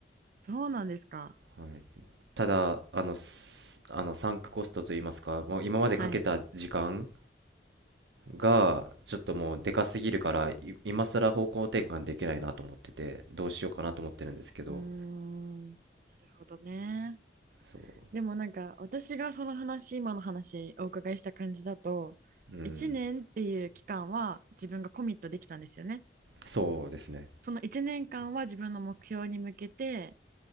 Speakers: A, on the right; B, on the right.
A: そうなんですか。
B: はい、ただ、あの、すあのサンクコストといいますか、もう今までかけた時間
A: はい。
B: が、ちょっともうでかすぎるから、い今更方向転換できないなと思ってて、どうしようかなと思ってるんですけど、
A: うーん。なるほどね。
B: そう、
A: でもなんか私がその話今の話お伺いした感じだと1年っていう期間は自分がコミットできたんですよね。
B: うん、そうですね、
A: その1年間は自分の目標に向けて